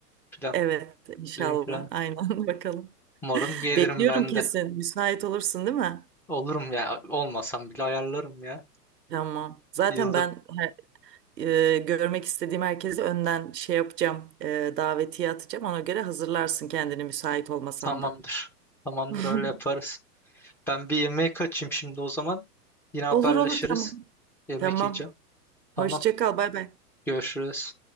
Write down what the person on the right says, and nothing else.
Evet inşallah
aynen <laughs> bakalım.
Bekliyorum
kesin.
Müsait olursun değil mi?
Tamam. Zaten
ben her- e, görmek istediğim herkesi önden şey yapacağım. e, davetiye atacağım. Ona göre hazırlarsın kendini müsait olmasan
da.
<laughs>
Olur olur tamam.
Tamam.
Hoşça
kal. Bay bay.